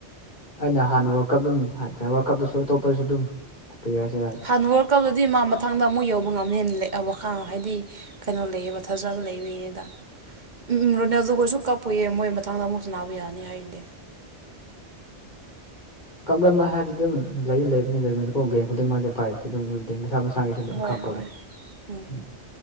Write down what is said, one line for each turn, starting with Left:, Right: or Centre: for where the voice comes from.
Left: ꯑꯩꯅ ꯍꯥꯟꯅ ꯋꯥꯔꯀꯞ ꯑꯗꯨꯝ ꯋꯥꯔꯀꯞꯇꯁꯨ ꯑꯇꯣꯞꯄꯁꯨ ꯑꯗꯨꯝ ꯀꯔꯤ ꯍꯥꯏꯁꯤꯔ
Right: ꯍꯥꯟꯅ ꯑꯣꯏꯔꯛꯀꯗꯨꯗꯤ ꯃꯥ ꯃꯊꯪꯗ ꯑꯃꯨꯛ ꯌꯧꯕ ꯉꯝꯅꯦꯅ ꯂꯩꯑ ꯋꯥꯈꯥ ꯍꯥꯏꯗꯤ ꯀꯩꯅꯣ ꯂꯩꯕ ꯊꯥꯖꯕ ꯂꯩꯔꯤꯅꯤꯗ ꯎꯝ ꯔꯣꯅꯦꯜꯗꯣꯈꯣꯏꯁꯨ ꯀꯥꯄꯨꯏꯑ ꯃꯣꯏ ꯃꯊꯥꯡꯗ ꯃꯨꯁ ꯅꯥꯕ ꯌꯥꯅꯤ ꯍꯥꯏꯗꯤꯦ
Left: ꯀꯞ ꯍꯥꯏꯔꯗꯤ ꯑꯗꯨꯝ ꯂꯩ ꯂꯩꯕꯅꯤꯅ ꯒꯦꯝ ꯈꯨꯗꯤꯡꯃ ꯄꯥꯏꯔꯝꯦ ꯃꯁꯥ ꯃꯁꯥ ꯏꯁꯥꯒꯤꯁꯨ ꯑꯗꯨꯝ
Right: ꯍꯣꯏ
Left: ꯈꯥꯞꯄꯣꯦ
Right: ꯍꯣꯏ ꯎꯝ
Left: ꯎ